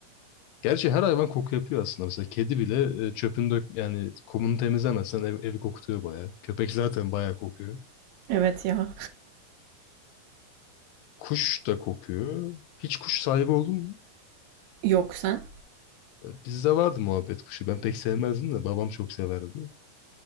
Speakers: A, on the left; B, on the right.
A: Gerçi her hayvan koku yapıyor aslında. Mesela kedi bile e, çöpünü dök yani kumunu temizlemezsen ev, evi kokutuyor bayağı. Köpek zaten bayağı kokuyor.
B: Evet ya.
A: Kuş da kokuyor. Hiç kuş sahibi oldun mu?
B: <laughs> Yok sen.
A: E, Bizde vardı muhabbet kuşu. Ben pek sevmezdim de babam çok severdi.